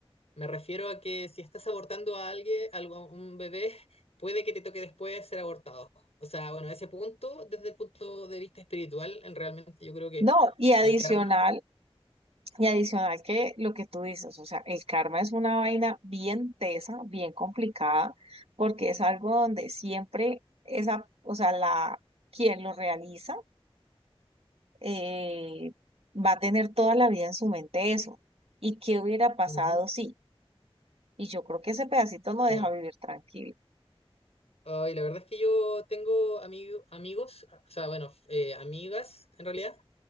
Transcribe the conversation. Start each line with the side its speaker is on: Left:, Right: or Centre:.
Left: Me refiero a que si estás abortando a alguien, algo- a un bebé, <laughs> puede que te toque después ser abortado. O sea, bueno, ese punto, desde el punto de vista espiritual, en- realmente yo creo que
Right: No, y adicional,
Left: el karma.
Right: y adicional que lo que tú dices, o sea, el karma es una vaina bien tesa, bien complicada, porque es algo donde siempre esa, o sea, la, quien lo realiza eh, va a tener toda la vida en su mente eso. ¿Y qué hubiera pasado
Left: Ujú,
Right: si? Y yo creo que ese pedacito no deja
Left: sí.
Right: vivir tranquilo.
Left: Ay, la verdad es que yo tengo ami- amigos, o sea, bueno, eh, amigas en realidad,